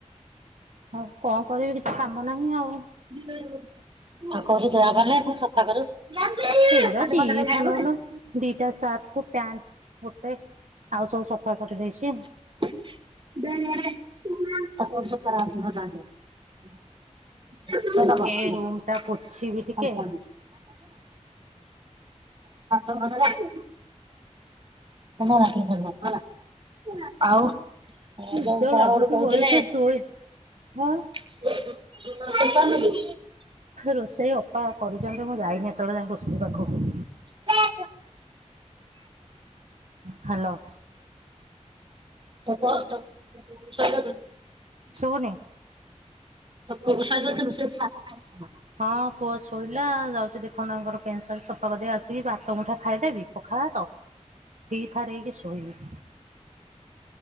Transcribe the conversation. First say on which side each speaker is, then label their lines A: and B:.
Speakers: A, on the right (about 75°); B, on the right (about 45°).
A: ଆଉ କଣ କରିବି କିଛି କାମ ନାହିଁ ଆଉ।
B: <unintelligible> କଲେ ପୁଣି ସଫା କରିବୁ। <unintelligible>
A: ଏରା ଦି ଖଣ୍ଡ ଲୋ ଦିଟା ସାର୍ଟ କୁ ପ୍ୟାଣ୍ଟ ଗୋଟେ ଆଉ ସବୁ ସଫା କରିଦେଇଛି।
B: <unintelligible> ସେ ଦବ
A: ଏ
B: କନଫର୍ମ।
A: ରୁମ ଟା ପୋଛିବି ଟିକେ
B: <unintelligible> <unintelligible> ଆଉ। ହଁ
A: ନିଦ
B: ଯଉ କଣ
A: ଲାଗୁଛି
B: ଗୋଟେ କହୁଥିଲେ।
A: ବଳିସେ ଶୋଇ ହଁ
B: <inaudible>
A: ରୋଷେଇ ଅପା କରିଛନ୍ତି ମୁଁ ଯାଇନି ଏତେବେଳେ ଯାକେ ରୋଷେଇ ପାଖକୁ।
B: ଖରା
A: ହ୍ୟାଲୋ।
B: <unintelligible>
A: ଶୁବୁନି।
B: <unintelligible>
A: ହଁ ପୁଅ ଶୋଇଲା ଯାଉଛି ଦିଖଣ୍ଡ ଆଙ୍କର ପେଣ୍ଟ ସାର୍ଟ ସଫା କରିକି ଆସିକି ଭାତ ମୁୁଠେ ଖାଇଦେବି ପଖଳଭାତ ଦିଥା ଦେଇକି ଶୋଇବି।